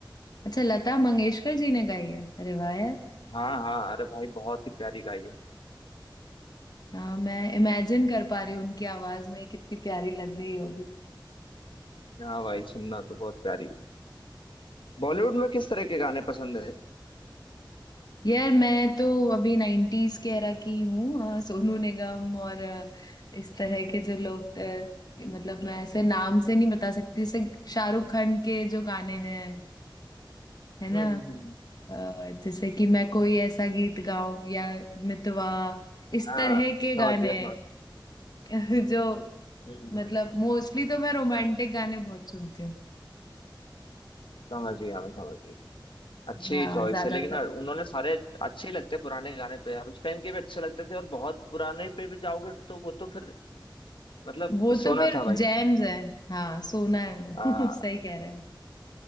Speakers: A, on the left; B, on the left.
A: अच्छा, लता मंगेशकर जी ने गाई है अरे वाह
B: हाँ हाँ अरे भाई बहुत ही प्यारी गाई है
A: हाँ मैं इमेजिन कर पा रही हूँ उनकी आवाज में कितनी प्यारी लग रही होगी
B: हाँ भाई सुनना तो बहुत प्यारी है बॉलीवुड में किस तरह के गाने पसंद है
A: यार मैं तो अभी नाइन्टीज के एरा की हूँ अ, सोनू निगम और अ, इस तरह के जो लोग अ, मतलब मैं ऐसे नाम से नहीं बता सकती जैसे शाहरुख खान के जो गाने हैं है ना
B: हम्म हम्म हम्म,
A: अ, जैसे कि मैं कोई ऐसा गीत गाऊं या मितवा इस
B: हाँ
A: तरह
B: समझ
A: के गाने
B: गया समझ गया
A: <laughs> जो
B: हम्म
A: मतलब
B: हम्म।
A: मोस्टली तो मैं रोमांटिक गाने बहुत सुनती हूँ
B: समझ गया मैं समझ गया अच्छी
A: हाँ
B: चॉइस
A: ज्यादातर
B: है लेकिन उन्होंने सारे अच्छे ही लगते हैं पुराने गाने तो यार उस टाइम के भी अच्छे लगते थे और बहुत पुराने पे भी जाओगे तो वो तो फिर मतलब
A: वो
B: सोना
A: तो फिर
B: था भाई
A: जैम्स है हाँ सोना है वो
B: आ,
A: <laughs> सही कह रहा है